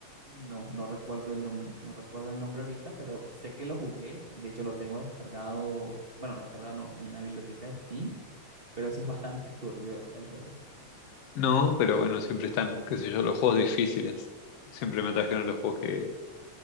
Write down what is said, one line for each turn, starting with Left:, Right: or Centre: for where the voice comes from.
Right: No, no recuerdo el nombre, no recuerdo el nombre ahorita, pero sé que lo jugué y de hecho lo tengo descargado, eh, bueno, descargado no, en la biblioteca de Steam, pero sí es bastante turbio el juego.
Left: No, pero bueno, siempre están, qué sé yo, los juegos difíciles. Siempre me atrajeron los juegos que,